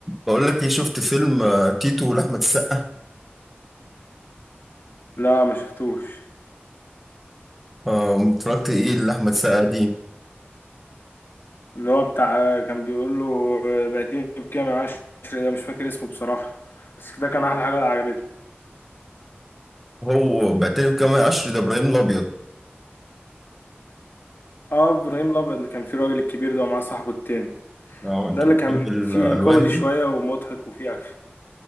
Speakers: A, in the centre; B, on the left (about 65°).
A: بقول لك ايه شفت فيلم آه، تيتو لأحمد السقا
B: لا ما شفتوش
A: آه، قمت اتفرجت ايه لأحمد السقا دي
B: اللي هو بتاع كان بيقول له بقيتيني بكام يا عشري ده مش فاكر اسمه بصراحة بس ده كان أحلى حاجة عجبتني
A: هو بعتني بجمال عشري ده ابراهيم الابيض
B: اه إبراهيم الأبيض اللي كان فيه الراجل الكبير ده ومعاه صاحبه التاني
A: اه انت
B: ده اللي
A: بتحب
B: كان
A: الالوان
B: فيه كوميدي
A: دي
B: شوية ومضحك وفيه أكشن